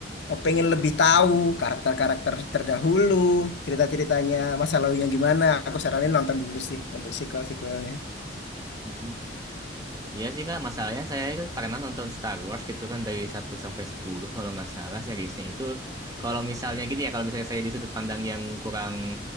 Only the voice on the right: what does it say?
Hmm. Iya sih kak, masalahnya saya itu pernah nonton Star Wars gitu kan dari satu sampai 10 kalau nggak salah seriesnya itu kalau misalnya gini ya, kalau misalnya saya di sudut pandang yang kurang